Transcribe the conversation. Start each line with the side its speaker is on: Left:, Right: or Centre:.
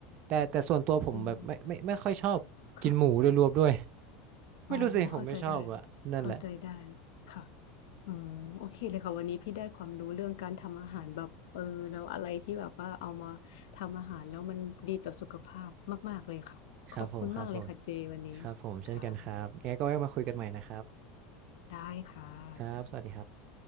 Right: แต่แต่ส่วนตัวผมแบบไม่ไม่ไม่ค่อยชอบกินหมูโดยรวมด้วย
Left: อืมค่ะ
Right: <laughs>
Left: อ๋อเข้าใจได้
Right: ไม่รู้สิผมไม่ชอบอะนั่นแหละ
Left: เข้าใจได้ค่ะอืมโอเคเลยค่ะวันนี้พี่ได้ความรู้เรื่องการทำอาหารแบบเออแล้วอะไรที่แบบว่าเอามาทำอาหารแล้วมันดีต่อสุขภาพมากๆเลยค่ะขอบคุณมากเลยค่ะเจวันนี้
Right: ครับผมครับผมครับผมเช่นกันครับยังไงก็ไว้มาคุยกันใหม่นะครับ
Left: ค่ะ ได้ค่ะ
Right: ครับสวัสดีครับ